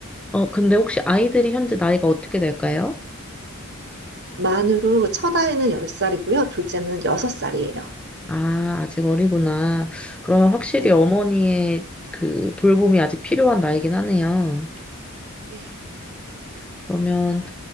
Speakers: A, in the centre; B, on the right.
A: 어, 근데 혹시 아이들이 현재 나이가 어떻게 될까요?
B: 만으로 첫 아이는 열 살이고요 둘째는 여섯 살이에요
A: 아, 아직 어리구나. 그러면 확실히
B: 네.
A: 어머니의 그 돌봄이 아직 필요한 나이긴 하네요.
B: 네.
A: 그러면,